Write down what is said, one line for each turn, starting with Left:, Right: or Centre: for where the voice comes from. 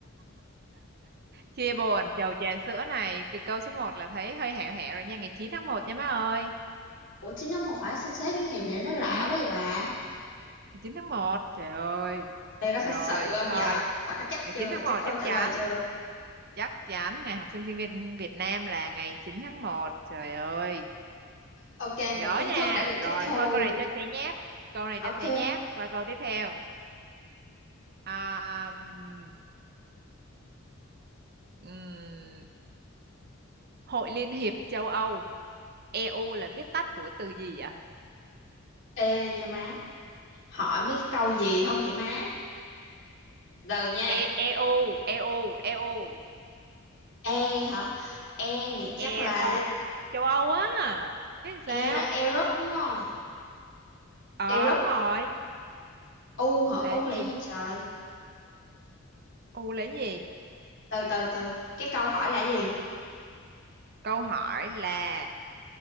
Right: Chia buồn, chầu trà sữa này từ câu số một là thấy hơi hẹo hẹo rồi nha, ngày 9 tháng 1 nha má ơi.
Left: Ủa chín tháng một hả? Sao sáng cái ngày này nó lạ
Right: Ừ,
Left: quá vậy bà?
Right: ngày 9 tháng 1. Trời ơi.
Left: Đây có thật
Right: Rồi,
Left: sự không
Right: thôi.
Left: dạ? Bà có chắc
Right: Ngày
Left: chưa?
Right: 9 tháng
Left: Bà chắc
Right: 1
Left: câu
Right: chắc
Left: trả
Right: chắn,
Left: lời chưa?
Right: chắc chắn ngày học sinh sinh viên Việt Nam là ngày 9 tháng 1. Trời ơi.
Left: Ok,
Right: Nhớ
Left: một kiến
Right: nha.
Left: thức đã được
Right: Rồi,
Left: tiếp thu.
Right: thôi câu này cho sẽ nháp. Câu này cho
Left: Ok.
Right: sẽ nháp. Qua câu tiếp theo. À, ừm, ừm, Hội Liên hiệp châu Âu EU là viết tắt của từ gì vậy?
Left: Ê nha má, hỏi mấy cái câu gì không vậy má? Giờ nha.
Right: E EU, EU, EU,
Left: E hả? E thì chắc
Right: EU,
Left: là
Right: châu Âu á. Biết sao?
Left: E là Europe đúng không?
Right: Ờ
Left: Europe.
Right: đúng rồi.
Left: U hả?
Right: Là
Left: U
Right: cái
Left: là
Right: gì?
Left: gì trời?
Right: U là cái gì?
Left: Từ từ từ. Cái câu hỏi là gì?
Right: Câu hỏi là